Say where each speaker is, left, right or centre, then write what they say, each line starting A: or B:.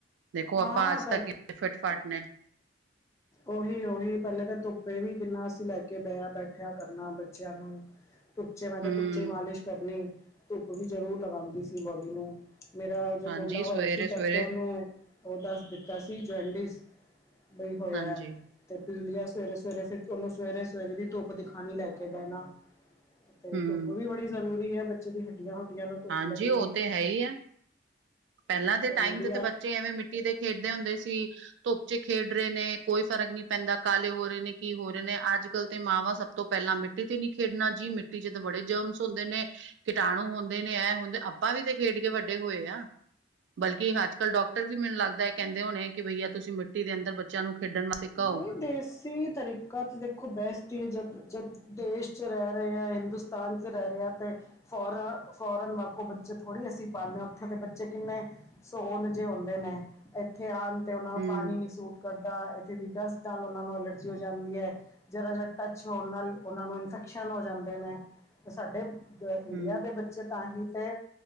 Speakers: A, on the right; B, on the left.
A: ਦੇਖੋ ਆਪਾਂ
B: ਹਾਂ
A: ਅੱਜ ਤੱਕ ਫਿਟ ਫੱਟ ਨੇ
B: ਓਹੀ ਓਹੀ ਪਹਿਲੇ ਤਾਂ ਧੁੱਪੇ ਵੀ ਕਿੰਨਾ ਅਸੀਂ ਲੈ ਕੇ ਬਿਹਾ ਬੈਠਿਆ ਕਰਨਾ ਬੱਚਿਆਂ ਨੂੰ ਧੁਪਚੇ ਮੈਂ ਤਾਂ
A: ਹਮ
B: ਧੁਪਚੇ ਹੀ ਮਾਲਿਸ਼ ਕਰਨੀ ਧੁੱਪ ਵੀ ਜ਼ਰੂਰ ਲਗਾਉਂਦੀ ਸੀ ਬੋਡੀ ਨੂੰ ਮੇਰਾ ਜੋ
A: ਹਾਂਜੀ
B: ਮੁੰਡਾ ਹੋਇਆ
A: ਸਵੇਰੇ
B: ਸੀ
A: ਸਵੇਰੇ
B: ਤਦ ਤੇ ਉਹਨੂੰ ਉਹ ਦੱਸ ਦਿੱਤਾ ਸੀ ਜੋਨਡਸ ਹੋਇਆ
A: ਹਾਂਜੀ
B: ਤੇ। ਪੀਲੀਆ ਸਵੇਰੇ ਸਵੇਰੇ ਫੇਰ ਉਹਨੂੰ ਸਵੇਰੇ ਸਵੇਰੇ ਦੀ ਧੁੱਪ ਦਿਖਾਣੀ ਲੈ ਕੇ ਬਹਿਣਾ ਤੇ
A: ਹਮ
B: ਧੁੱਪ ਵੀ ਬੜੀ ਜ਼ਰੂਰੀ ਹੈ। ਬੱਚੇ ਦੀ ਹੱਡੀਆਂ ਹੁੱਡੀਆਂ ਨੂੰ ਧੁੱਪ
A: ਹਾਂਜੀ
B: ਲੱਗਣੀ।
A: ਉਹ ਤੇ ਹੈ ਹੀ ਹੈ ਪਹਿਲਾਂ ਦੇ
B: ਜ਼ਰੂਰੀ
A: ਟਾਈਮ ਤੇ ਤੇ
B: ਹੈ ਅੱਜ
A: ਬੱਚੇ ਐਵੇਂ ਮਿੱਟੀ ਤੇ ਖੇਡਦੇ ਹੁੰਦੇ ਸੀ, ਧੁੱਪ ਚ ਖੇਡ ਰਹੇ ਨੇ। ਕੋਈ ਫਰਕ ਨਹੀਂ ਪੈਂਦਾ ਕਾਲੇ ਹੋ ਰਹੇ ਨੇ, ਕੀ ਹੋ ਰਹੇ ਨੇ ਅੱਜ- ਕੱਲ੍ਹ ਤੇ ਮਾਵਾਂ ਸਭ ਤੋਂ ਪਹਿਲਾਂ ਮਿੱਟੀ ਤੇ ਨਹੀਂ ਖੇਡਣਾ ਜੀ। ਕਿ ਮਿੱਟੀ 'ਚ ਤਾਂ ਬੜੇ ਜਰਮਜ ਹੁੰਦੇ ਨੇ, ਕੀਟਾਣੂ ਹੁੰਦੇ ਨੇ ਇਹ ਹੁੰਦੇ ਆਪਾਂ ਵੀ ਤੇ ਖੇਡ ਕੇ ਵੱਡੇ ਹੋਏ ਆ। ਬਲਕਿ ਅੱਜ ਕੱਲ੍ਹ ਡਾਕਟਰ ਵੀ ਮੈਨੂੰ ਲੱਗਦਾ ਹੈ। ਕਹਿੰਦੇ ਹੋਣੇ ਕਿ ਬਈਆ ਤੁਸੀਂ ਮਿੱਟੀ ਦੇ ਅੰਦਰ ਬੱਚਿਆਂ ਨੂੰ। ਖੇਡਣ ਵਾਸਤੇ ਕਹੋ।
B: ਨਹੀਂ ਦੇਸੀ ਤਰੀਕਾ ਤਾਂ ਦੇਖੋ ਬੈਸਟ ਹੀ ਹੈ। ਜਦ ਜਦ। ਦੇਸ਼ ਚ ਰਹਿ ਰਹੇ ਹਾਂ। ਹਿੰਦੁਸਤਾਨ 'ਚ ਰਹਿ ਰਹੇ ਹਾਂ। ਤੇ ਫੋਰਨ ਫੋਰਨ ਵਾਗੂੰ ਬੱਚੇ ਥੋੜ੍ਹੀ। ਤੇ ਅਸੀਂ ਪਾਲਣੇ ਹਾਂ ਉੱਥੇ ਦੇ ਬੱਚੇ ਕਿੰਨੇ ਸੋਲ ਜਿਹੇ ਹੁੰਦੇ ਨੇ ਇੱਥੇ ਆ। ਤੇ ਉਹਨਾ ਨੂੰ
A: ਹੂੰ
B: ਪਾਣੀ ਨੀ ਸੂਟ ਕਰਦਾ ਹੈ। ਡਸਟ ਨਾਲ ਉਹਨਾਂ ਨੂੰ ਐਲਰਜੀ ਹੋ ਜਾਂਦੀ ਹੈ। ਜ਼ਰਾ ਜਿਹਾ ਟੱਚ ਹੋਣ ਨਾਲ ਉਹਨਾਂ ਨੂੰ ਇਨਫੈਕਸ਼ਨ ਹੋ ਜਾਂਦੇ ਨੇ। ਤੇ ਸਾਡੇ। ਇੰਡੀਆ
A: ਹੂੰ
B: ਦੇ ਬੱਚੇ ਤਾਂ ਹੀ ਤੇ